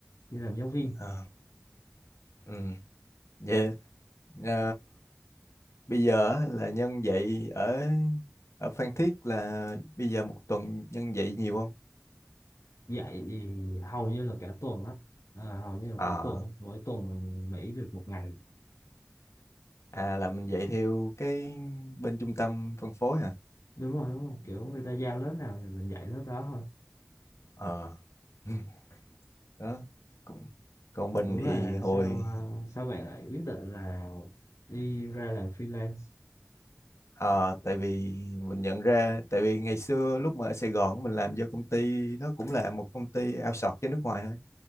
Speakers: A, on the left (about 85°); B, on the left (about 65°).
A: đi làm giáo viên
B: à ừ vậy à, bây giờ á, là nhân dạy ở ở Phan Thiết là bây giờ một tuần nhân dạy nhiều không
A: dạy thì hầu như là cả tuần á à, hầu như là
B: à
A: cả tuần á. mỗi tuần mình nghỉ được một ngày
B: à là mình dạy theo cái bên trung tâm phân phối à
A: đúng rồi đúng rồi kiểu người ta giao lớp nào thì mình dạy lớp đó thôi
B: ờ <laughs> đó còn, còn mình
A: Ủa
B: thì
A: là
B: hồi
A: sao ờ, sao bạn lại quyết định là đi ra làm freelance?
B: à, tại vì mình nhận ra tại vì ngày xưa lúc mà ở Sài Gòn mình làm cho công ty nó cũng là một công ty outsource cho nước ngoài thôi